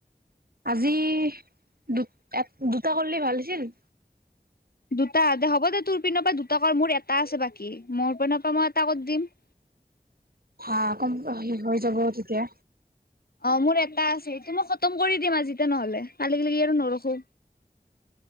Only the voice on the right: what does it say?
আজি দু এক দুটা কৰিলেই ভাল আছিল
হা কম হৈ যাব তেতিয়া,